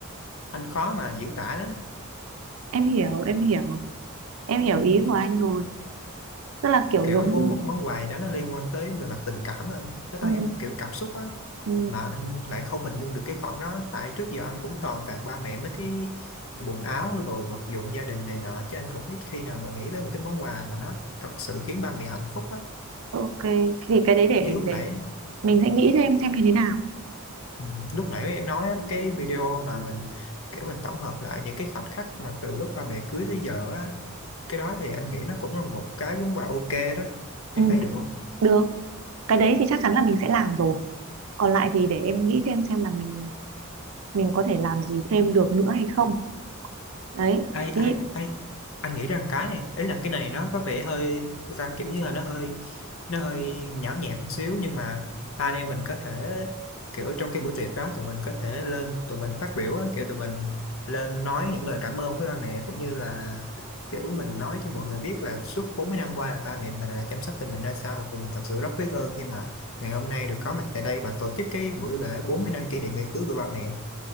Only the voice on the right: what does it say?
em hiểu em hiểu em hiểu
ý của anh rồi tức là kiểu
giống
như
ừ,
ừ,
ok thì cái đấy để
để
mình sẽ nghĩ thêm xem như thế nào
ừ,
được cái đấy thì chắc chắn là mình sẽ làm rồi còn lại thì để em nghĩ thêm xem là mình mình có thể làm gì thêm được nữa hay không đấy
thì